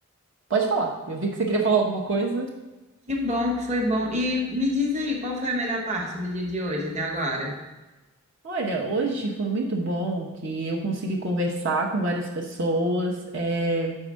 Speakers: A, on the right (about 55°); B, on the right (about 30°).
A: pode falar, eu vi que você queria falar alguma coisa.
B: Que bom que foi bom. E me diz aí, qual foi a melhor parte do dia de hoje até agora?
A: Olha, hoje foi muito bom que eu consegui conversar com várias pessoas. eh,